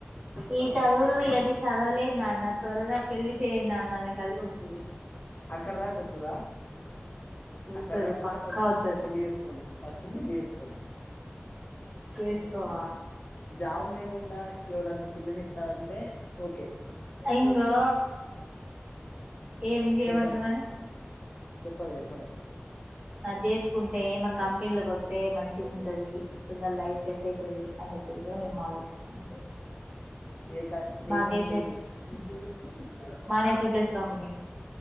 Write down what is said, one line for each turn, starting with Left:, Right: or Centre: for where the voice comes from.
Right: ఈ చదువులు ఇవన్నీ చదవలేం నాన్న త్వరగా పెళ్లి చేయి నాన్న నాకు అడుగుతుంది
Left: అక్కడ దాక వత్తువా
Right: వత్తది
Left: అక్కడ దాకపోతే
Right: పక్కా
Left: ఫస్ట్
Right: వత్తది
Left: పెళ్లి చేసుకోండి ఫస్ట్ పెళ్లి చేసుకోను
Right: చేసుకోవా
Left: జాబ్ లేకుండా డా ఎవడన్న పిల్లని ఇత్తానంటే ఓకే
Right: ఇంగో ఏమి
Left: చెప్పలే
Right: ఏమంటున్నాని
Left: చెప్పలే చెప్పలే
Right: అది చేసుకుంటే మకి కంపెనీలకు వస్తే మంచిగా ఉంటుంది తొందర లైఫ్ సెట్ అవుతుంది అన్నట్టుగా మేము మానేశాం
Left: ఏ క
Right: మా
Left: ఏ
Right: <unintelligible>
Left: కంపెనీ
Right: మాదా ట్రిపుల్ స్ కంపెనీ